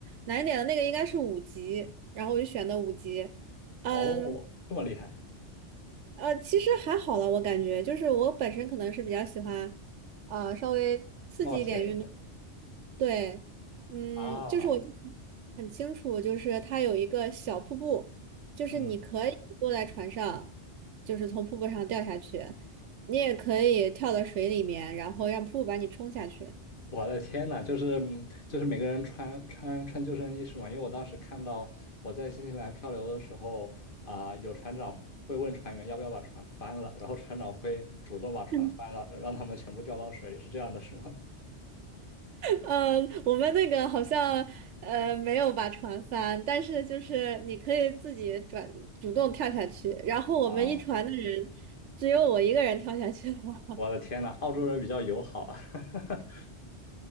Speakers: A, on the right (about 80°); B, on the left (about 45°).
A: 难一点的那个应该是五级，然后我就选的五级。嗯，
B: 哦，这么厉害，
A: 呃，其实还好了，我感觉就是我本身可能是比较喜欢，呃，稍微刺激一点运动。
B: 冒险一点
A: 对，嗯，
B: 啊，
A: 就是我就很清楚，就是它有一个小瀑布，就是你可以坐在船上，
B: 嗯。
A: 就是从瀑布上掉下去，你也可以跳到水里面，然后让瀑布把你冲下去。
B: 我的天呐，就是嗯就是每个人穿穿穿救生衣是吗？因为我当时看到我在新西兰漂流的时候啊、有船长会问船员要不要把船翻了，然后船长会主动把船翻了，
A: <laughs>
B: 让他们全部掉到水里，是这样的，是吗？
A: 呃，我们那个好像呃没有把船翻，但是就是你可以自己转主动跳下去，然后我们一船的人只有我一个人跳下去了。
B: <laughs> 啊，我的天呐，澳洲人比较友好啊。<laughs>